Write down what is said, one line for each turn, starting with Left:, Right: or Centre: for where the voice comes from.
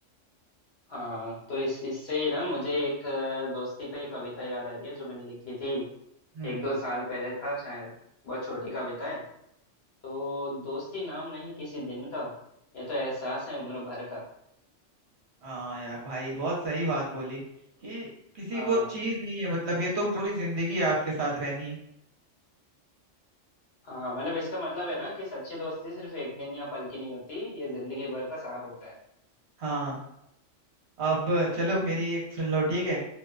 Left: हाँ तो इस इससे ही ना मुझे एक अ, दोस्ती पे ही कविता याद आ रही है जो मैंने लिखी थी
Right: हम्म
Left: एक दो साल पहले था शायद बहुत छोटी कविता है तो दोस्ती नाम नहीं किसी दिन का ये तो एहसास है उम्र भर का
Right: हाँ यार भाई बहुत सही बात बोली कि किसी
Left: हाँ
Right: वो चीज नहीं है मतलब ये तो पूरी जिंदगी आपके साथ रहनी है
Left: हाँ मतलब इसका मतलब है ना कि सच्ची दोस्ती सिर्फ एक दिन या पल की नहीं होती ये जिंदगी भर का साथ होता है
Right: हाँ अब चलो मेरी एक सुन लो ठीक है